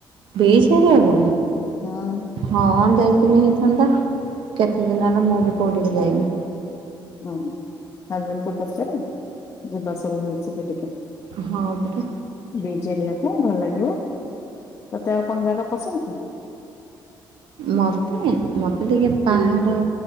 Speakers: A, on the right; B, on the left.
A: ବିଚ୍ ଏରିଆ କୁ?
B: ହୁଁ
A: ହଁ, ଯାଇଥିଲେ ହେଇଥାନ୍ତା। କେତେ ଦିନ ହେଲା ମୁଁ ବି କୋଉଠିକି ଯାଇନି।
B: ହଁ ହଜବେଣ୍ଡ କୁ ପଚାରେ ଯିବା ସବୁ <unintelligible> ଟିକେ
A: ହଁ ପରା।
B: ବିଚ୍ ଏରିଆକୁ ଭଲ ଲାଗିବ। ତତେ ଆଉ କଣ ଜାଗା ପସନ୍ଦ କି?
A: ମୋତେ ମୋତେ ଟିକେ ପାହାଡ଼